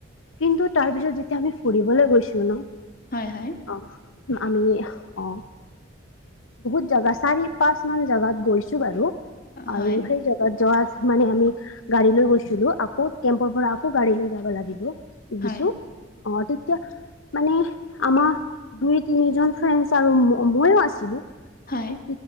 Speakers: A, on the left; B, on the left.
A: কিন্তু তাৰ পিছত যেতিয়া আমি ফুৰিবলৈ গৈছো ন
B: হয় হয়।
A: অ আমি অ বহুত জাগা চাৰি পাঁচ মান জাগাত গৈছো বাৰু আৰু
B: হয়,
A: সেই জাগাত যোৱা মানে আমি গাড়ী লৈ গৈছিলো আকৌ কেম্পৰ পৰা আকৌ গাড়ী লৈ যাব লাগিব।
B: হয়,
A: গিছো অ তেতিয়া মানে আমা দুই তিনি জন ফ্ৰেণ্ডছ আৰু ম মইও আছিলো।
B: হয়।
A: মানে